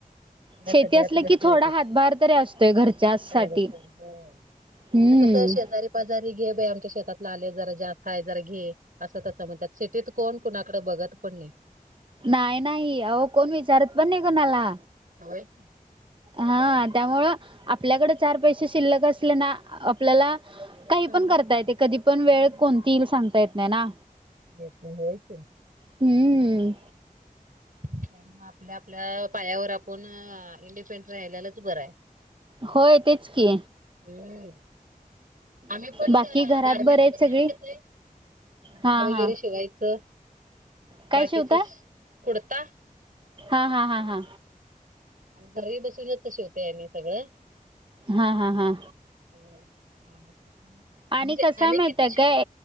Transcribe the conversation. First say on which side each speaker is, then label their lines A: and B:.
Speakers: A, on the right; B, on the right.
A: शेती
B: सध्यात
A: असलं
B: मशी
A: की थोडा
B: बात
A: हातभार तरी असतोय घरच्यासाठी
B: <unintelligible>
A: हम्म
B: तुमच कस शेजारी पाजारी घे बाई आमच्या शेतातला आले जरा जास्त आहे जरा घे असं तस म्हणतात. सिटीत कोण कोणाकडे बघत पण नाही.
A: नाही नाही अहो कोण विचारत पण नाही कोणाला.
B: होय.
A: हा त्यामुळं आपल्याकडे चार पैसे शिल्लक असले ना आपल्याला काही
B: तरच
A: पण करता
B: बरं
A: येते
B: आहे.
A: कधी पण
B: हम्म.
A: वेळ कोणती येईल सांगता येत नाही ना.
B: येत नाही होय की
A: हम्म.
B: त्यामुळ आपल्या आपल्या पायावर आपण इंडिपेंडं राहिल्यालाच बरंय.
A: होय तेच की,
B: हम्म, आम्ही पण
A: बाकी
B: अ
A: घरात
B: गारमेंटच
A: बरे आहेत सगळी
B: काम घेतोय कुडता
A: हा
B: वगैरे
A: हा
B: शिवायचं
A: काय
B: बाकीच
A: शिवताय?
B: कुडता
A: हा हा हा हा
B: आम्ही घरी बसूनच शेवते आमी सगळं
A: हा हा हा
B: हो <unintelligible>
A: आणि
B: म्हणजे
A: कसा
B: आम्ही
A: माहितेय
B: किती शिव
A: काय